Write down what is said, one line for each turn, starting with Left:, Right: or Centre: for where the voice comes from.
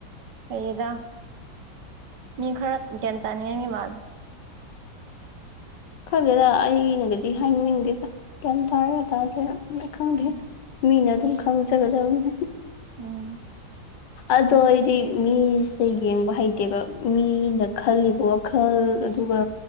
Right: ꯐꯩꯌꯦꯗꯗ ꯃꯤ ꯈꯔ ꯒ꯭ꯌꯥꯟ ꯇꯥꯅꯤꯡꯉꯥꯏ ꯃꯤ ꯃꯥꯜꯂꯦ
Left: ꯈꯪꯗꯦꯗ ꯑꯩꯅꯒꯗꯤ ꯍꯥꯏꯅꯤꯡꯗꯦꯗ ꯒꯌꯥꯟ ꯇꯥꯕ ꯇꯥꯗꯕꯔ ꯎꯝ ꯑꯩ ꯈꯪꯗꯦ
Right: ꯎꯝ
Left: ꯃꯤꯅ ꯑꯗꯨꯝ ꯈꯪꯖꯒꯗꯕꯅꯦ
Right: ꯎꯝ
Left: ꯑꯗꯣ ꯑꯩꯗꯤ ꯃꯤꯁꯦ ꯌꯦꯡꯕ ꯍꯩꯇꯦꯕ ꯃꯤꯅ ꯈꯜꯂꯤꯕ ꯃꯈꯜ ꯑꯗꯨꯒ